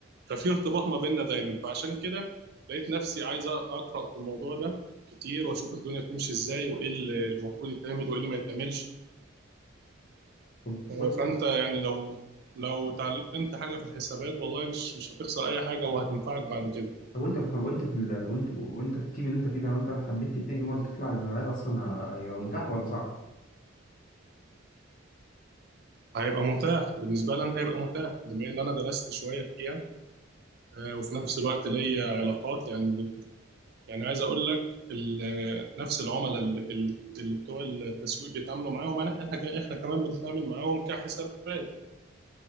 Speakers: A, on the right; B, on the left.
A: ففي ارتباط ما بيننا دايما فعشان كده لقيت نفسي عايز اقرا في الموضوع ده كتير واشوف الدنيا بتمشي ازاي وايه اللي اللي المفروض يتعمل وايه اللي ما يتعملش
B: طب
A: آه،
B: وانت
A: فانت يعني لو لو اتعلمت حاجه في الحسابات والله مش مش هتخسر اي حاجه وهتنفعك بعد كده
B: طب وانت في وانت في ال... وانت وانت في التيم اللي انت فيه ده لو انت حبيت تتنقل مره تطلع للمبيعات اصلا هيبقى متاح ولا صعب؟
A: هيبقى متاح بالنسبه لي انا هيبقى متاح بما ان انا درست شويه فيها آه، وفي نفس الوقت ليا علاقات يعني يعني عايز اقول لك ال- نفس العملاء اللي, اللي بتوع التسويق بيتعاملوا معاهم انا احنا ك- احنا كمان بنتعامل معاهم كحسابات